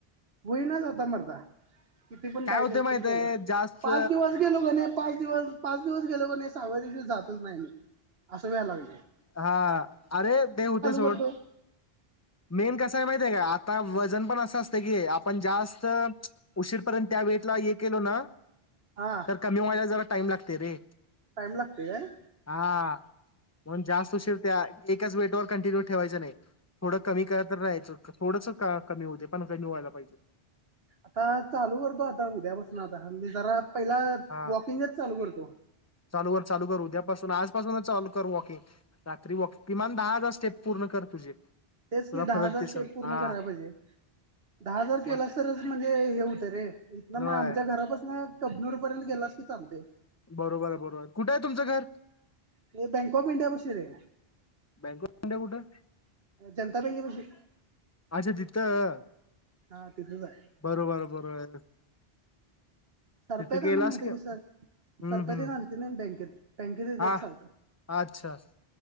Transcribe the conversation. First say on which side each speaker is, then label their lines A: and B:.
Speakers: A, on the right (about 70°); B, on the left (about 15°).
A: होईनाच आता मार्दा. किती पण
B: काय
A: काही
B: होते
A: जरी
B: माहितय
A: पण केलास
B: जास्त
A: पाच दिवस गेलो की नय पाच दिवस, पाच दिवस गेलो की नइ सहाव्या दिवशी जातच नाही आम्ही असं व्याय लागलंय.
B: हा अरे ते हुतय सोड.
A: करतो
B: मेन कसं हाय माहिती हाय काय आ आता वजन पण असं असतं की आपण जास्त उशीरपर्यंत त्या वेटला हे केलो ना
A: हा
B: तर कमी वयात जरा टाइम लागतय रे
A: टाइम लागतोय काय?
B: हा. म्हणून जास्त उशीर त्या एकच वेट वर कंटिन्यू ठेवायच नाही थोडं कमी करतच रायचं थोडस का कमी होऊ दे पण कमी व्हायला पाहिजे
A: आता चालू करतो आता उद्यापासून आता मी जरा पहिला
B: हा.
A: वॉकिंगच चालू करतो
B: चालू कर चालू कर उद्यापासून आजपासूनच चालू कर वॉकिंग रात्री वॉकिंग किमान दहा हजार स्टेप पूर्ण कर तुझे
A: तेच
B: तुला
A: की दहा
B: फरक
A: हजार
B: दिसल
A: स्टेप पूर्ण
B: हा
A: करायला पाहिजे दहा हजार केलास
B: मग
A: तरच म्हणजे हे होतं रे इथन
B: होय
A: मग आमच्या घरापासन कबनूर पर्यंत गेलास की चालते
B: बरोबर आहे बरोबर कुठे आहे तुमचं घर
A: हे बँक ऑफ इंडिया पशी रे
B: बँक कुठं
A: जनता बँके पशी <unintelligible>
B: अच्छा तिथं
A: हा तिथंच आहे.
B: बरोबर बरोबर तिथं
A: सरप्या त्यांना
B: गेलास
A: माहिती आहे की सांग
B: हम्म
A: सरपया
B: हम्म
A: तेन आलती ना बँकेत बँकेत येतात
B: हा
A: सारखं
B: अच्छा